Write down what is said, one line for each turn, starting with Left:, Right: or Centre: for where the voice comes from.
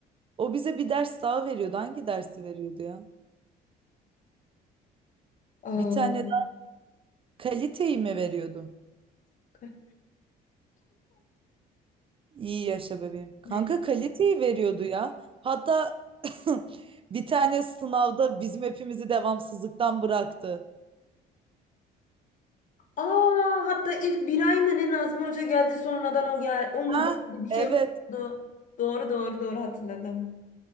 Right: O bize bir ders daha veriyordu. Hangi dersi veriyordu ya?
Left: Aa,
Right: Bir tane daha kaliteyi mi veriyordu?
Left: kaç-
Right: İyi yaşa bebeğim. Kanka
Left: ne?
Right: kaliteyi veriyordu ya. Hatta <laughs> bir tane sınavda bizim hepimizi devamsızlıktan bıraktı.
Left: Aa, hatta ilk bir ay mı ne Nazmi Hoca geldi sonradan o gel o mu
Right: Ha?
Left: geldi bir şey
Right: Evet.
Left: oldu. Doğru doğru doğru hatırladım.